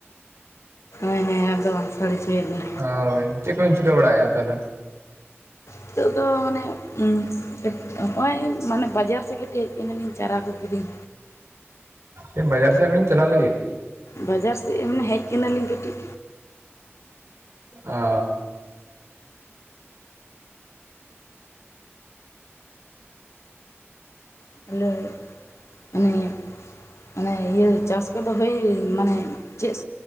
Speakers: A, on the left (about 85°); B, on the right (about 75°).
A: ᱦᱮᱸ ᱦᱮᱹ ᱟᱫᱚ ᱵᱟᱝ ᱥᱟᱲᱮ ᱦᱚᱪᱚᱭᱟ᱾
B: ᱦᱟᱹ ᱪᱮᱫ ᱠᱚ ᱵᱤᱱ ᱪᱤᱠᱟᱹ ᱵᱟᱲᱟ ᱮᱫᱟ ᱛᱟᱦᱞᱮ?
A: ᱱᱤᱛᱚᱜ ᱫᱚ ᱢᱟᱱᱮ, ᱩᱸ ᱮᱜᱴ ᱟᱺ ᱦᱚᱸᱜᱼᱚᱧᱭ ᱢᱟᱱᱮ ᱵᱟᱡᱟᱨ ᱥᱮᱫᱜ ᱦᱮᱡ ᱟᱠᱟᱱᱟᱞᱤᱧ ᱪᱟᱨᱟ ᱠᱚ ᱠᱤᱨᱤᱧ
B: ᱪᱮᱫ ᱵᱟᱡᱟᱨ ᱥᱮᱫ ᱵᱤᱧ ᱪᱟᱞᱟᱜ ᱞᱟᱹᱜᱤᱫ?
A: ᱵᱟᱡᱟᱨ ᱥᱮᱫ ᱦᱮᱡ ᱟᱠᱱᱟᱞᱤᱧ ᱠᱟᱹᱴᱤᱡ
B: ᱚᱻ
A: <inaudible> ᱢᱟᱱᱮ ᱤᱭᱟᱹ ᱪᱟᱥ ᱠᱚᱫᱚ <inaudible> ᱢᱟᱱᱮ ᱪᱮᱥ